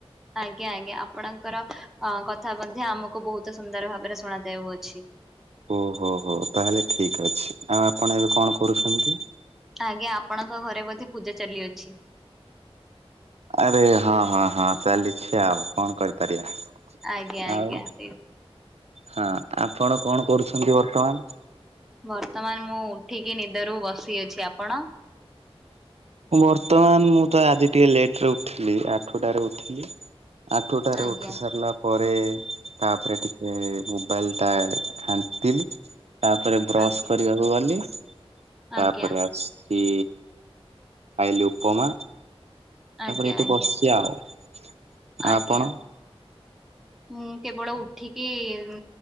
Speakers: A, in the centre; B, on the right (about 80°).
A: ଆଜ୍ଞା ଆଜ୍ଞା ଆପଣଙ୍କର ଅ କଥା ମଧ୍ୟ ଆମକୁ ବହୁତ ସୁନ୍ଦର ଭାବରେ ଶୁଣା ଯାଉଅଛି।
B: ଓହୋ ହୋ ତାହେଲେ ଠିକ ଅଛି ଆଉ ଆପଣ ଏବେ କଣ କରୁଛନ୍ତି?
A: ଆଜ୍ଞା ଆପଣଙ୍କ ଘରେ ବୋଧେ ପୂଜା ଚାଲିଅଛି।
B: ଆରେ ହଁ ହଁ ହଁ ଚାଲିଛି ଆଉ କଣ କରିପାରିବା।
A: ଆଜ୍ଞା ଆଜ୍ଞା
B: ଆଉ
A: ସେଇ
B: ହଁ ଆପଣ କଣ କରୁଛନ୍ତି ବର୍ତ୍ତମାନ?
A: ବର୍ତ୍ତମାନ ମୁଁ ଉଠିକି ନିଦରୁ ବସି ଅଛି। ଆପଣ?
B: ବର୍ତ୍ତମାନ ମୁଁ ତ ଆଜି ଟିକେ ଲେଟ ରେ ଉଠଲି ଆଠଟାରେ ଉଠିଲି। ଆଠୁଟାରେ
A: ଆଜ୍ଞା
B: ଉଠି ସାରିଲା ପରେ ସେ ତାପରେ ଟିକେ ମୋବାଇଲ ଟା ଘାଣ୍ଟିଲି। ତାପରେ ବ୍ରସ୍
A: ଆଜ୍ଞା
B: କରିବାକୁ ଗଲି, ତାପରେ
A: ଆଜ୍ଞା
B: ଆସିକି ଖାଇଲି ଉପମା, ତାପରେ
A: ଆଜ୍ଞା
B: ଏଇଠି
A: ଆଜ୍ଞା
B: ବସିଛି ଆଉ। ଆଉ ଆପଣ?
A: ଆଜ୍ଞା। ମୁଁ କେବଳ ଉଠିକି ଉନ୍